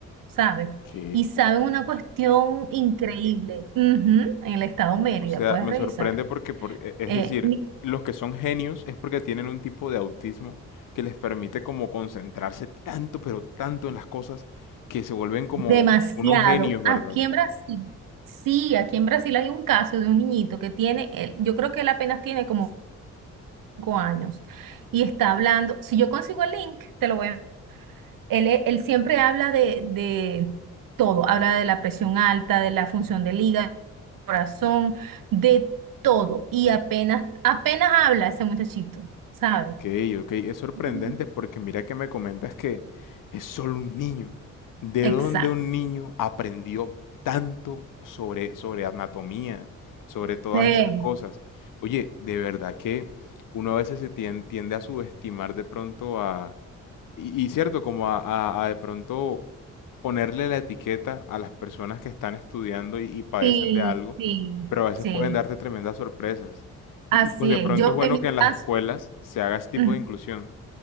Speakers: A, on the right; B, on the left.
A: ¿sabes?
B: Ok.
A: Y saben una cuestión increíble. Ujú, en el estado Mérida,
B: O sea,
A: puedes
B: me
A: revisar.
B: sorprende porque, por- e- es
A: Eh,
B: decir,
A: mi-
B: los que son genios es porque tienen un tipo de autismo que les permite como concentrarse tanto, pero tanto en las cosas que se vuelven como
A: demasiado.
B: unos genios, ¿verdad?
A: Aquí en Brasil, sí, aquí en Brasil hay un caso de un niñito que tiene, él- yo creo que él apenas tiene como 5 años y está hablando. Si yo consigo el link, te lo voy a Él, e- él siempre habla de, de todo, habla de la presión alta, de la función del hígado, del corazón, de todo. Y apenas, apenas habla ese muchachito, ¿sabes?
B: Ok, ok, es sorprendente
A: Ujú.
B: porque mira que me comentas que es solo un niño. ¿De
A: Exacto.
B: dónde un niño aprendió tanto sobre, sobre anatomía, sobre todas
A: Eh,
B: esas cosas? Oye, de verdad que uno a veces se tien- tiende a subestimar de pronto a, y, y cierto, como a, a- a de pronto ponerle la etiqueta a las personas que están estudiando y, y padecen
A: Sí,
B: de algo,
A: sí,
B: pero a veces
A: sí,
B: pueden darte tremendas sorpresas. Y,
A: así
B: y, pues de
A: es.
B: pronto
A: Yo
B: es bueno
A: en mi
B: que en las
A: caso,
B: escuelas se haga ese tipo
A: ujú,
B: de inclusión.